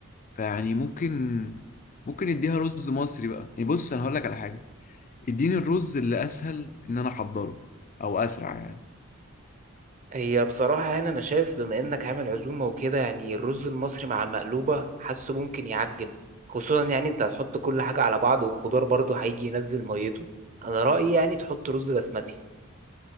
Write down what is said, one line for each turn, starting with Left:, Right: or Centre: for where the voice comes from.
Left: فيعني ممكن ممكن نديها رز مصري بقى يعني بص انا هقول لك على حاجة اديني الرز اللي اسهل ان انا احضره او اسرع يعني
Right: هي بصراحة يعني أنا شايف بما إنك عامل عزومة وكده يعني الرز المصري مع المقلوبة حاسه ممكن يعجن خصوصا يعني أنت هتحط كل حاجة على بعض والخضار برضه هيجي ينزل ميته أنا رأيي يعني تحط رز بسمتي